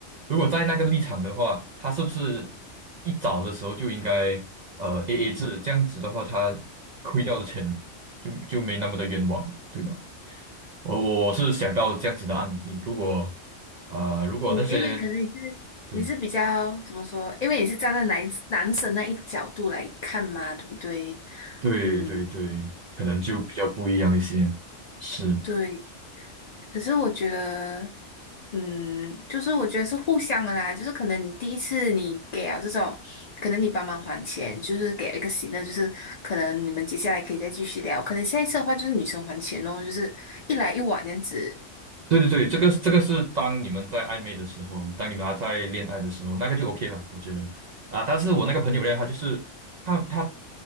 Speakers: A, on the right; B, on the left.
A: 如果在那个立场的话，他是不是一早的时候就应该呃 AA 制，这样子的话他亏掉的钱就就没那么的冤枉，对吧？我我我是想到这样子的案例，如果啊、如果那些。
B: 嗯，因为可能你是
A: 对。
B: 你是比较怎么说？因为你是站在男男生那一角度来看嘛，对不对？
A: 对对对，
B: 嗯。
A: 可能就比较不一样一些。是，
B: 对，可是我觉得，嗯，就是我觉得是互相的啦，就是可能你第一次你给了这种，可能你帮忙还钱，就是给了一个喜乐，就是可能你们接下来可以再继续聊，可能下一次的话就是女生还钱哦，就是一来一往这样子。
A: 对对对，这个这个是当你们在暧昧的时候，当你们还在恋爱的时候，那个就 OK 了，我觉得啊。但是我那个朋友呢，他就是他他